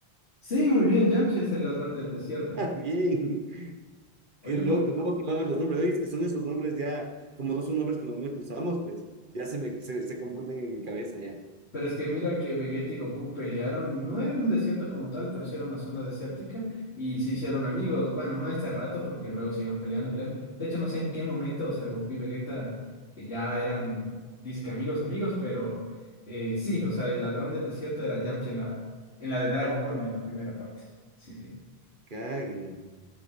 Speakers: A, on the left; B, on the right.
A: Sí, muy bien, Yamcha es el ladrón del desierto.
B: Bien,
A: Oye,
B: qué loco,
A: por...
B: ¿cómo colaban los nombres? Oye, es que son esos nombres ya, como no son nombres que normalmente usamos, pues ya se me se, se confunden en mi cabeza ya.
A: pero es que mira que Vegeta y Goku pelearon, no era un desierto como tal, pero sí era una zona desértica y se hicieron amigos. Bueno, no este rato porque luego siguieron peleando, peleando. De hecho, no sé en qué momento, o sea, Goku y Vegeta eh, ya eran disque amigos, amigos, pero eh, sí, o sea, el ladrón del desierto era Yamcha en la, en la de Dragon Ball, ¿no? En la primera parte. Sí, sí.
B: Cague.